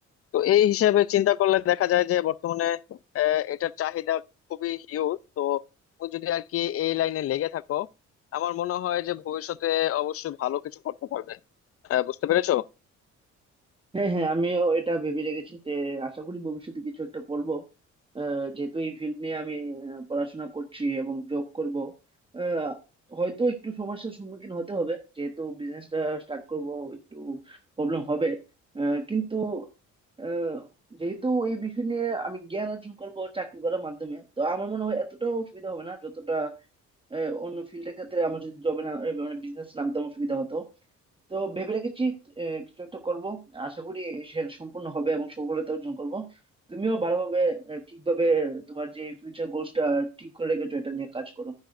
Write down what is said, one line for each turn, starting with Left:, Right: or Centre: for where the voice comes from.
Left: তো এই হিসাবে চিন্তা করলে দেখা যায় যে বর্তমানে আহ, এটার চাহিদা খুবই হিউজ তো তুমি যদি আর কি এই লাইনে লেগে থাকো আমার মনে হয় যে ভবিষ্যতে অবশ্যই ভালো কিছু করতে পারবে আহ, বুঝতে পেরেছো
Right: হ্যাঁ হ্যাঁ আমিও এটা ভেবে রেখেছি যে আশা করি ভবিষ্যতে কিছু একটা করব আহ, যেহেতু এই ফিল্ড নিয়ে আমি আহ, পড়াশোনা করছি এবং জব করব আহ, হয়তো একটু সমস্যার সম্মুখীন হতে হবে যেহেতু বিজনেসটা স্টার্ট করব একটু প্রবলেম হবে আহ, কিন্তু আহ, যেহেতু এই বিষয় নিয়ে আমি জ্ঞান অর্জন করব চাকরি করার মাধ্যমে তো আমার মনে হয় এতটাও অসুবিধা হবে না যতটা আহ, অন্য ফিল্ডের ক্ষেত্রে আমার যদি জবে না এ, মানে বিজনেস নামতে অসুবিধা হতো তো ভেবে রেখেছি আহ, কিছু একটা করব আশা করি সেটা সম্পূর্ণ হবে এবং সফলতা অর্জন করব তুমিও ভালোভাবে আহ, ঠিকভাবে তোমার যে ফিউচার গোলসটা ঠিক করে রেখেছো এটা নিয়ে কাজ করো